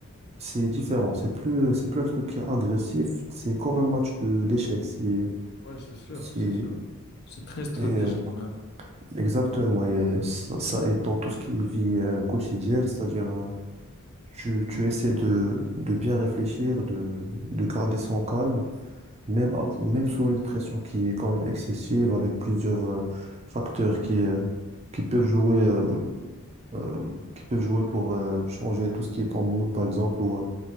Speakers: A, on the right; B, on the left.
A: c'est différent. C'est plus, c'est plus un truc qui est agressif, c'est comme un match de d'échecs. Si,
B: Ouais, c'est sûr,
A: si,
B: c'est sûr. C'est très stratégique,
A: et euh,
B: même.
A: Exactement, et ça, ça aide dans tout ce qui est vie euh, quotidienne, c'est-à-dire euh, tu, tu essaies de, de bien réfléchir, de, de garder son calme, même, ap- même sous une pression qui est quand même excessive, avec plusieurs euh, facteurs qui, euh, qui peuvent jouer, euh, euh, qui peuvent jouer pour euh, changer tout ce qui est ton mood, par exemple, ou, euh,